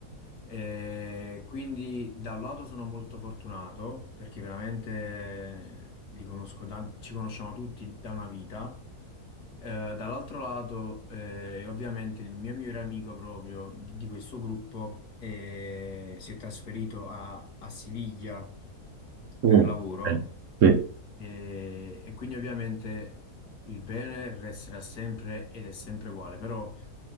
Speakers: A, on the left; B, on the right.
A: Eh, quindi da un lato sono molto fortunato perché veramente li conosco da- ci conosciamo tutti da una vita. Eh, dall'altro lato, eh, ovviamente il mio migliore amico proprio di, di questo gruppo eh, si è trasferito a, a Siviglia
B: Mm.
A: per lavoro
B: Eh, Sì,
A: e, e quindi ovviamente il bene resterà sempre ed è sempre uguale, però